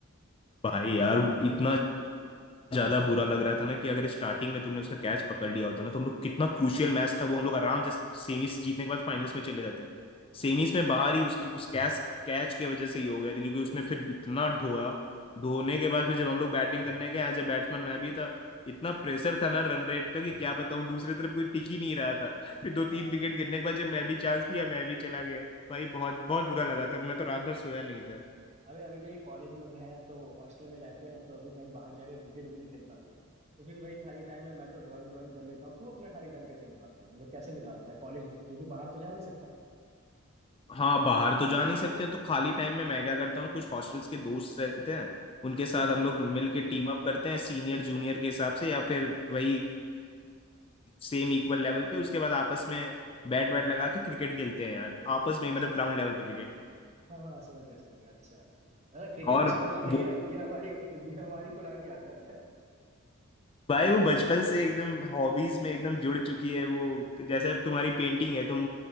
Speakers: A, on the left; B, on the right.
A: भाई यार इतना ज्यादा बुरा लग रहा था ना कि अगर स्टार्टिंग में तुमने उसका कैच पकड़ लिया होता ना तो हम लोग कितना क्रूशियल मैच था वो हम लोग आराम से सेमीज जीतने के बाद फाइनल्स में चले जाते हैं सेमीज
B: हाँ बे
A: में
B: एकदम
A: बाहर ही उसकी उस कैच कैच की वजह से ही हो गए थे क्योंकि उसने फिर इतना धोया धोने के बाद फिर जब हम लोग बैटिंग करने गए एज ए बैट्समैन मैं भी था इतना प्रेशर था ना रन रेट का कि क्या बताऊं दूसरी तरफ कोई टिक ही नहीं रहा था फिर दो
B: हाँ,
A: तीन विकेट गिरने के बाद जब मैं भी चांस लिया मैं भी चला गया भाई बहुत बहुत बुरा लगा था मैं तो रात भर सोया नहीं
B: अबे अभी तो ये कॉलेज में भी है अब तो हॉस्टल में रहते हैं तो अभी कहीं बाहर जाके क्रिकेट भी नहीं खेल पाते तो फिर वही खाली टाइम में मैं तो ड्राइंग ड्राइंग कर लेता हूँ तू अपना खाली टाइम कैसे निभाता है मतलब कैसे निकालता है कॉलेज में क्योंकि बाहर तो जा नहीं सकता
A: हाँ बाहर तो जा नहीं सकते तो खाली टाइम में मैं क्या करता हूँ कुछ हॉस्टल्स के दोस्त रहते हैं उनके साथ
B: हम्म,
A: हम लोग मिल के टीम अप करते हैं सीनियर जूनियर के हिसाब से या फिर वही सेम इक्वल लेवल पे उसके बाद आपस में बैट वैट लगा के क्रिकेट खेलते हैं यार आपस में
B: अच्छा
A: ही मतलब
B: अच्छा
A: ग्राउंड लेवल पे क्रिकेट
B: हाँ हाँ समझ गया समझ गया अच्छा मतलब क्रिकेट
A: और
B: छोड़ना नहीं
A: वो
B: है ये हमारी ये हमारी पुरानी आदत है
A: भाई वो बचपन से एकदम हॉबीज में एकदम जुड़ चुकी है वो जैसे तुम्हारी पेंटिंग है तुम